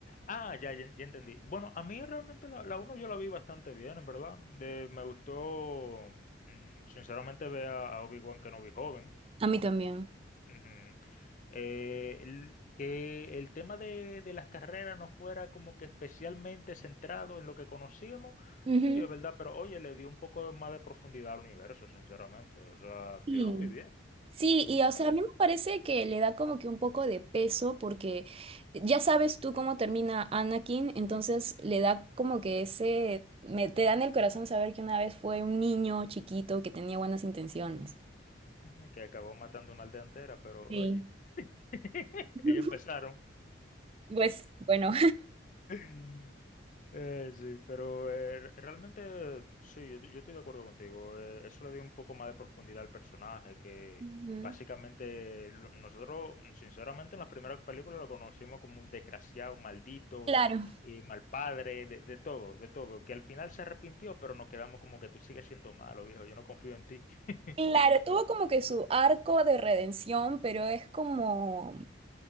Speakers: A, on the left; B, on the right.
A: Ah, ya, ya, ya entendí. Bueno, a mí realmente la, la 1 yo la vi bastante bien, en verdad. Eh, me gustó, mm, sinceramente, ver a, a Obi-Wan Kenobi joven.
B: A mí también.
A: Ujú. Eh, el- que el tema de, de las carreras no fuera como que especialmente centrado en lo que conocíamos,
B: Ujú.
A: sí, es verdad, pero oye, le dio un poco más de profundidad al universo, sinceramente. O sea,
B: Sí.
A: yo lo vi bien.
B: Sí, y
A: ¿Tú
B: o
A: me
B: sea,
A: entiendes?
B: a mí me parece que le da como que un poco de peso porque ya sabes tú cómo termina Anakin, entonces le da como que ese, me, te da en el corazón saber que una vez fue un niño chiquito que tenía buenas intenciones.
A: Ujú, Que acabó matando una aldea entera, pero
B: Sí.
A: oye, <laughs>
B: <laughs>
A: ellos empezaron.
B: Pues bueno,
A: <laughs> Eh, sí, pero eh, re- realmente sí, yo, yo estoy de acuerdo contigo. eh, eso le dio un poco más de profundidad al personaje, que
B: <laughs> Ujú.
A: básicamente lo- nosotros, sinceramente, en las primeras películas lo conocimos como un desgraciado, un maldito,
B: claro,
A: eh, mal padre, de, de todo, de todo, que al final se arrepintió, pero nos quedamos como que tú sigues siendo malo, viejo, yo no confío en ti. <laughs>
B: claro, tuvo como que su arco de redención, pero es como